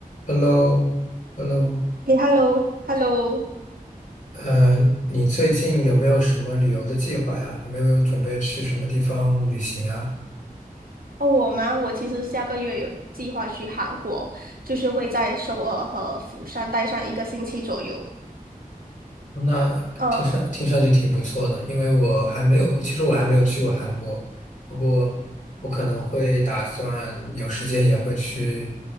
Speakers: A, on the left; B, on the right.
A: Hello，Hello，
B: 诶 h e l l o h e l l o
A: 呃，你最近有没有什么旅游的计划呀？有没有准备去什么地方旅行啊？
B: 哦，我吗？我其实下个月有计划去韩国，就是会在首尔和釜山待上一个星期左右。
A: 哦那听上听上去挺不错的，
B: 呃。
A: 因为我还没有，其实我还没有去过韩国，不过我可能会打算有时间也会去